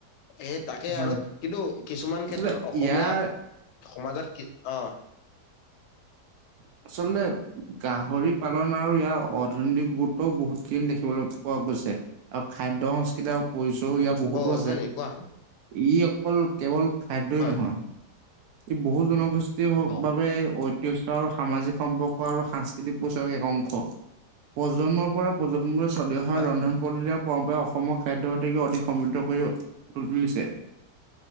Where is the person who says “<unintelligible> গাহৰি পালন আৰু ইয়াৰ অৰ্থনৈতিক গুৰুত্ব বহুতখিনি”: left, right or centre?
Right